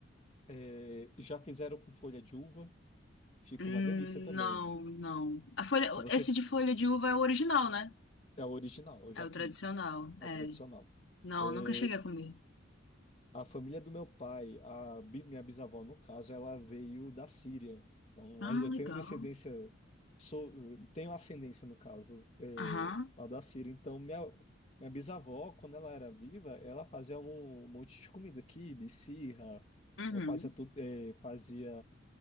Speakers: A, on the left; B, on the left.
A: é, já fizeram com folha de uva. Fica
B: Hum,
A: uma delícia também.
B: Não, não. A folha,
A: Se você
B: esse de folha de uva é o original, né?
A: é a original, eu
B: É
A: já
B: o
A: comi,
B: tradicional,
A: a
B: é.
A: tradicional.
B: Não,
A: É,
B: nunca cheguei a comer.
A: A família do meu pai, a bi- minha bisavó, no caso, ela veio da Síria. Então,
B: Ah,
A: a- eu
B: legal.
A: tenho descendência, sou, tenho ascendência, no caso, é,
B: Aham.
A: lá da Síria. Então, minha, minha bisavó, quando ela era viva, ela fazia um, monte de comida, quibe, esfirra,
B: Uhum.
A: é, fazia, tudo, é, fazia